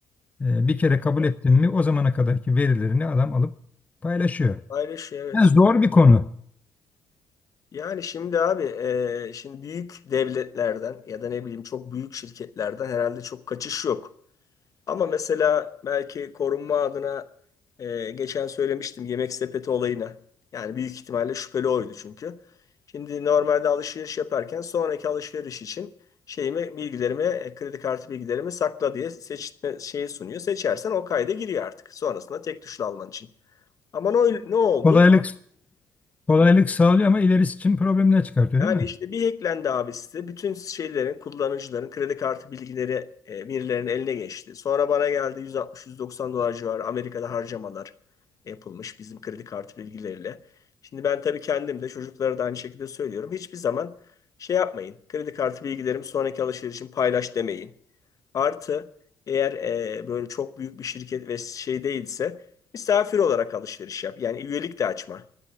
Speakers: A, on the left; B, on the left.
A: e, bir kere kabul ettin mi o zamana kadarki verilerini adam alıp paylaşıyor.
B: Paylaş evet.
A: Yani zor bir konu.
B: Yani şimdi abi e, şimdi büyük devletlerden ya da ne bileyim çok büyük şirketlerden herhalde çok kaçış yok. Ama mesela belki korunma adına e, geçen söylemiştim yemek sepeti olayına. Yani büyük ihtimalle şüpheli oydu çünkü. Şimdi normalde alışveriş yaparken sonraki alışveriş için şeyimi bilgilerimi e, kredi kartı bilgilerimi sakla diye seçme şeyi sunuyor. Seçersen o kayda giriyor artık. Sonrasında tek tuşla alman için. Ama ne, ne oldu?
A: Kolaylık kolaylık sağlıyor ama ilerisi için problemler çıkartıyor
B: Yani
A: değil mi?
B: işte bir hacklendi abi site. Bütün şeylerin, kullanıcıların kredi kartı bilgileri e, birilerinin eline geçti. Sonra bana geldi 160-190 dolar civarı Amerika'da harcamalar yapılmış bizim kredi kartı bilgileriyle. Şimdi ben tabii kendim de çocuklara da aynı şekilde söylüyorum. Hiçbir zaman şey yapmayın. Kredi kartı bilgilerimi sonraki alışveriş için paylaş demeyin. Artı eğer e, böyle çok büyük bir şirket ve şey değilse misafir olarak alışveriş yap. Yani üyelik de açma.